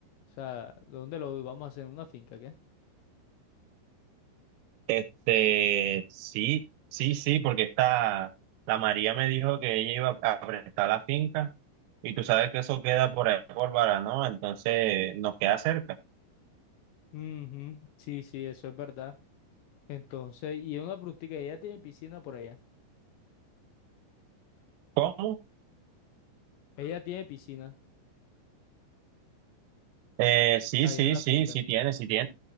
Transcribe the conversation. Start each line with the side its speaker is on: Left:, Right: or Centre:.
Left: O sea, ¿dónde lo vamos a hacer? ¿En una finca, qué?
Right: Este, sí, sí, sí, porque esta, la María me dijo que ella iba a prestar la finca y tú sabes que eso queda por ahí, por Baranoa, entonces nos queda cerca.
Left: Ujú, Sí, sí, eso es verdad. Entonces, y una preguntita, ¿ella tiene piscina por allá?
Right: ¿Cómo?
Left: Ella tiene piscina
Right: Eh, sí,
Left: allá
Right: sí,
Left: en la
Right: sí,
Left: finca.
Right: sí tiene, sí tiene,